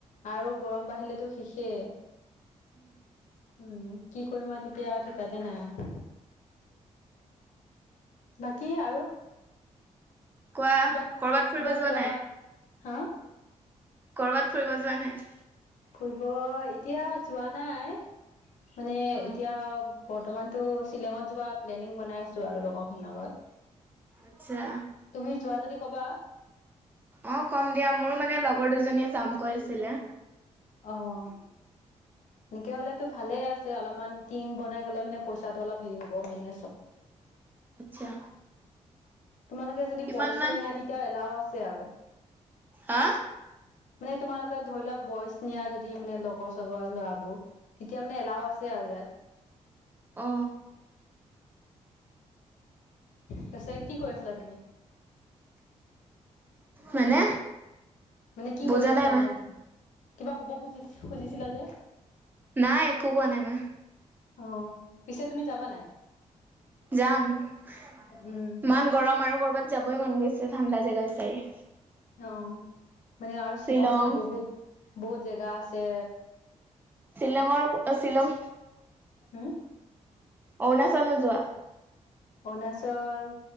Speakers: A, on the left; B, on the right.
A: আৰু গৰম বাঢ়িলেতো শেষেই উম, কি কৰিম আৰু তেতিয়া ঠিকাতে নাই আৰু। বাকী আৰু।
B: কোৱা
A: ক'বাত
B: কৰবাত ফুৰিব
A: ক'বাত
B: যোৱা নাই।
A: হা
B: কৰ'বাত ফুৰিব যোৱা নাই।
A: ফুৰিব এতিয়া যোৱা নাই মানে
B: অ
A: এতিয়া। বৰ্তমানতো শ্বিলঙত যোৱা প্লেনিং বনাই আছো আৰু লগৰখিন লগত।
B: আচ্ছা
A: তুমি যোৱা যদি কবা।
B: অ' কম দিয়া মোৰো মানে লগৰ দুজনীয়ে যাম কৈ আছিলে।
A: অ' এনেকে হলেতো ভালে আছে অলপমান টীম বনাই গলে মানে পইচাটো অল হে হব মানে
B: আচ্ছা।
A: তোমালোকে যদি
B: কিমান
A: বয়চো
B: মান
A: নিয়া তেতিয়াও এলাও আছে আৰু
B: হা
A: মানে তোমালোকে ধৰি লোৱা বয়চ নিয়া যদি মানে লগৰ চগৰ ল'ৰাবোৰ তেতিয়া মানে এলাও আছে আৰু ইয়াত
B: অ
A: তাছে কি কৰি আছিলা তুমি
B: মানে
A: মানে কি
B: বুজা
A: কৈ আছিলা
B: নাই মা
A: মানে এত কিবা কব খুজি খুজিছিলা যে
B: নাই, একো কোৱা নাই মই।
A: অ' পিছে তুমি যাবা নাই?
B: যাম। ইমান
A: উম।
B: গৰম, আৰু কৰ'বাত যাবই মন গৈ ছে ঠাণ্ডা জেগা বিচাৰি।
A: অ'। মানে আৰু
B: শ্বিলং
A: শ্বিলঙতো বহুত - বহুত জেগা আছে।
B: চিলঙৰ- চিলং।
A: উম?
B: অৰুণাচলো যোৱা।
A: অৰুণাচল,